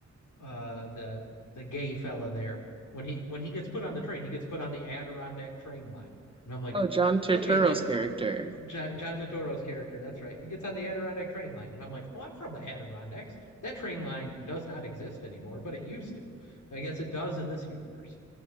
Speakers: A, on the left (about 80°); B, on the right (about 20°).
A: Uh the the gay fella there. When he when he gets put on the train, he gets put on the Adirondack train line. And I'm like,
B: Oh, John Turturro's
A: okay, that
B: character.
A: John, John Totoro's character, that's right. He gets on the Adirondack train line. And I'm like, oh, I'm from the Adirondacks. That train line does not exist anymore, but it used to. I guess it does in this universe.